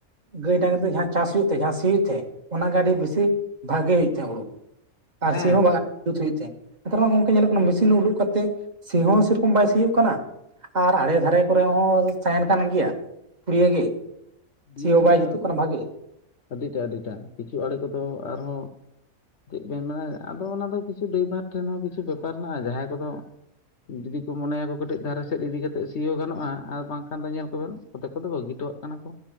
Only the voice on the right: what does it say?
ᱜᱟᱹᱭ ᱰᱟᱺᱝᱨᱤ ᱡᱟᱦᱟᱸ ᱪᱟᱥ ᱦᱩᱭᱩᱜ ᱛᱮ ᱡᱟᱦᱟᱸ ᱥᱤ ᱦᱩᱭᱩᱜ ᱛᱮ ᱚᱱᱟᱜᱮ ᱟᱹᱰᱤ ᱵᱮᱥᱤ ᱵᱷᱟᱜᱮ ᱦᱩᱭᱩᱜ ᱛᱷᱮ ᱦᱳᱲᱳ ᱾ ᱟᱨᱥᱤ
ᱦᱚᱸ ᱵᱟᱝ ᱡᱩᱛ ᱦᱩᱭᱩᱜ ᱱᱮᱛᱟᱨ ᱢᱟ ᱜᱚᱝᱠᱮ ᱧᱮᱞᱚᱜ ᱠᱟᱱᱟ ᱢᱮᱥᱤᱱ ᱨᱮ ᱩᱰᱩᱠ ᱠᱟᱛᱮᱫ ᱥᱤ ᱦᱚᱸ ᱥᱮᱨᱚᱠᱚᱢ ᱵᱟᱭ ᱥᱤᱭᱳᱜ ᱠᱟᱱᱟ ᱾ ᱟᱨ ᱟᱲᱮ ᱫᱷᱟᱨᱮ ᱠᱚᱨᱮ ᱦᱚᱸ ᱛᱟᱦᱮᱱ ᱠᱟᱱ ᱜᱮᱭᱟ ᱯᱩᱲᱭᱟᱹ ᱜᱮ ᱾
ᱥᱤ ᱦᱚᱸ
ᱵᱟᱭ ᱡᱩᱛᱩᱜ ᱠᱟᱱᱟ ᱵᱷᱟᱹᱜᱤ ᱾